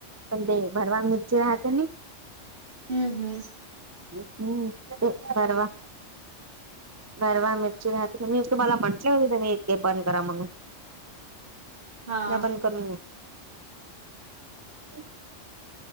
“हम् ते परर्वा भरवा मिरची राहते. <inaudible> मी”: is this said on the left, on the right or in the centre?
Right